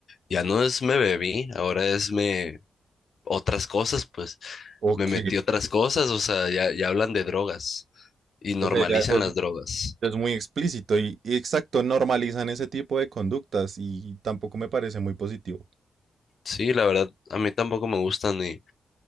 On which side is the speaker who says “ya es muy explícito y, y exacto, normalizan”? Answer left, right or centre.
Right